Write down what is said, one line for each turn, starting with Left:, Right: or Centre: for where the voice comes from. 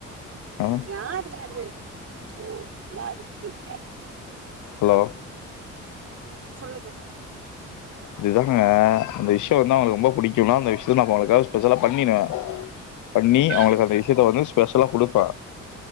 Left: ஆ.
Right: யார்ங்க அது ஓ யார் <inaudible>
Left: ஹலோ
Right: சொல்லுங்க
Left: அதுதாங்க அந்த விஷயொ வந்து அவங்களுக்கு ரொம்ப புடிக்குன்னா அந்த விஷயத்த நம்ம அவ்ங்களுக்காக ஸ்பெஷலா பண்ணிர்வ பண்ணி
Right: ம்.
Left: அவ்ங்களுக்கு அந்த விஷயத்த வந்து பெஷலா குடுப்ப